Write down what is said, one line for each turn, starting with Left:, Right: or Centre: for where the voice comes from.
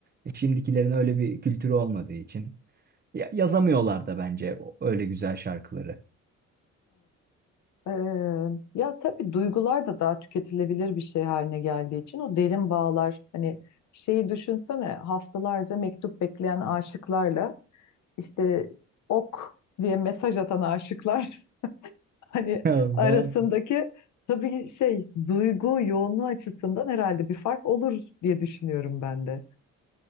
Right: E, Şimdikilerin öyle bir kültürü olmadığı için ya- yazamıyorlar da bence o- öyle güzel şarkıları.
Left: Ee, ya tabii duygular da daha tüketilebilir bir şey haline geldiği için o derin bağlar hani şeyi düşünsene haftalarca mektup bekleyen aşıklarla işte ok diye mesaj atan aşıklar <laughs> hani
Right: <laughs>
Left: arasındaki tabii şey duygu yoğunluğu açısından herhalde bir fark olur diye düşünüyorum ben de.